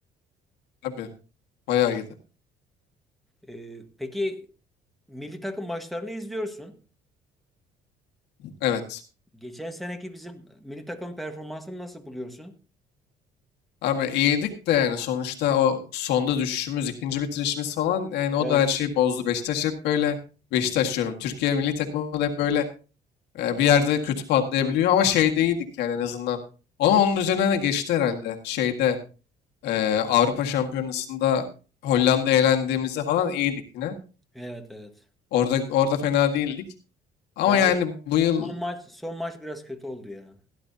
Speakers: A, on the left; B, in the centre.
A: Tabii bayağı iyiydi.
B: E, peki milli takım maçlarını izliyorsun.
A: Evet.
B: Geçen seneki bizim milli takım performansını nasıl buluyorsun?
A: Abi iyiydik de yani sonuçta o sonda düşüşümüz, ikinci bitirişimiz falan yani o
B: Evet.
A: da her şeyi bozdu. Beşiktaş hep böyle Beşiktaş diyorum. Türkiye milli takımı da hep böyle E, bir yerde kötü patlayabiliyor ama şeyde iyiydik yani en azından. Ama onun üzerine de geçti herhalde. Şeyde e, Avrupa Şampiyonası'nda Hollanda'ya elendiğimizde falan iyiydik yine.
B: Evet evet.
A: Orada orada fena değildik. Ama
B: Ya
A: yani
B: o
A: bu yıl
B: son maç son maç biraz kötü oldu ya.